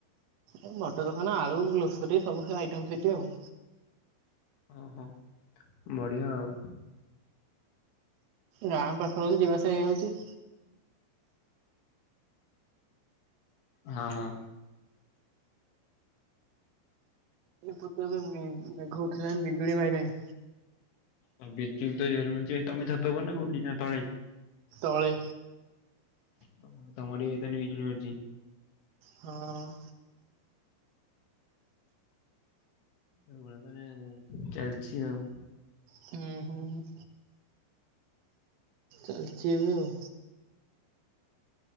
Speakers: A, on the right (about 85°); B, on the left (about 70°).
A: ଏ ବଡ ଦୋକାନ ଆଳୁ ଗ୍ଲୋସରୀ ସବୁ ଆଇଟମ୍ ସେଇଠି ଆଉ।
B: ଓହୋ ବଢିଆ ଆଉ।
A: ଗାଁ ପାଖରେ ଅଛି ଯିବାଆସିବା ହେଇଯାଉଚି।
B: ହଁ ହଁ।
A: ଏ <unintelligible> ମେଘ ଉଠେଇଲାଣି ବିଜୁଳି ମାଇଲାଣି।
B: ହଉ ବିଜୁଳି ତ ଜୋର ରେ ମାରୁଚି ଭାଇ ଛାତ ଉପରେ ନା ତଳେ?
A: ତଳେ।
B: ତମ ଆଡ଼େ ଭାଇ ତା ମାନେ ବିଜୁଳି ମାରୁଚି?
A: ହଁ ଅଁ।
B: ଏଭଳିଆ ତାହାଲେ ଚାଲିଛି ଆଉ।
A: ହୁଁ ହୁଁ। ଚାଲିଚି ଏବେ ଆଉ।